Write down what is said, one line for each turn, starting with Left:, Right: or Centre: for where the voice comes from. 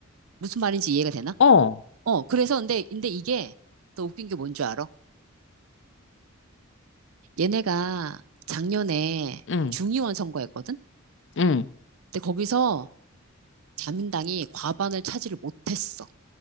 Right: 무슨 말인지 이해가 되나?
Left: 어,
Right: 어, 그래서 근데, 근데 이게 또 웃긴 게 뭔 줄 알아? 얘네가 작년에
Left: 음.
Right: 중의원 선거했거든?
Left: 음.
Right: 근데 거기서 자민당이 과반을 차지를 못했어.